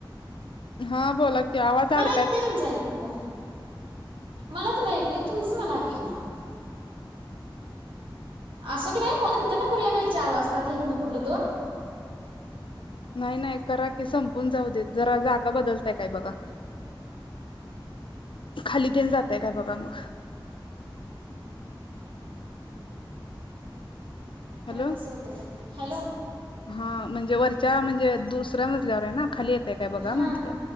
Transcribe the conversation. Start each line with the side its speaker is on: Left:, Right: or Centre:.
Left: हा बोला की आवाज आड
Right: येत तुमचं ऐकू मला तुमचं ऐकू तुमचं मला. येईना. असं बी नाही कॉल नंतर करूय, चार वाजतात हितल फूडल दोन.
Left: नाही नाही. करा की संपून जाऊ देतत. जरा जागा बदलताय काय बघा. खाली तेन जातय का बघा मग, हॅलो
Right: बघूया तसं होतया का हॅलो.
Left: हा म्हणजे वरच्या म्हणजे दुसऱ्या मजल्यावर आहे ना खाली- काय बघा
Right: हा
Left: म्हंटलं